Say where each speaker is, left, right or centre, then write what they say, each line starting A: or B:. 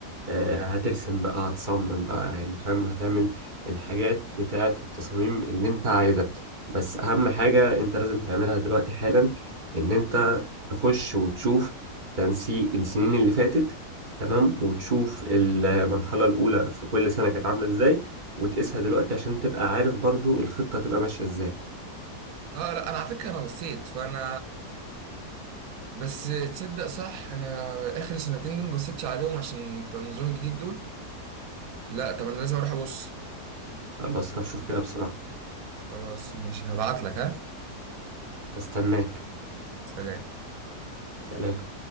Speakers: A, on the right; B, on the right.
A: آه، هترسم بقى هتصمم بقى يعني فاهم هتعمل الحاجات بتاعة التصاميم اللي انت عايزها بس اهم حاجة انت لازم تعملها دلوقتي حالا ان انت تخش وتشوف تنسيق السنين اللي فاتت تمام وتشوف المرحلة الأولى في كل سنة كانت عاملة ازاي وتقيسها دلوقتي عشان تبقى عارف برضو الخطة تبقى ماشية ازاي
B: اه لا انا على فكره انا بصيت فانا بس تصدق صح انا اخر سنتين دول ما بصيتش عليهم عشان بتوع النظام الجديد دول لا طب انا لازم اروح ابص
A: خلاص روح شوف كده بسرعة
B: خلاص ماشي هبعت لك ها
A: استناك
B: سلام
A: سلام